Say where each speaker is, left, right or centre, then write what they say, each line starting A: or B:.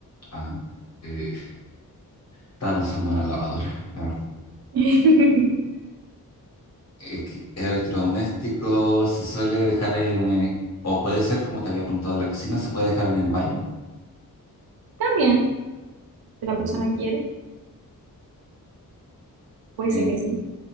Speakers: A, on the left; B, on the right.
A: Ah, eh, estaba pensando en la lavadora, la verdad.
B: <laughs>
A: Eh, que Electrodoméstico se suele dejar en, eh, o puede ser, como te había preguntado de la cocina, se puede dejar en el baño.
B: También, si la
A: Oh.
B: persona quiere, puede
A: Eh,
B: ser que sí.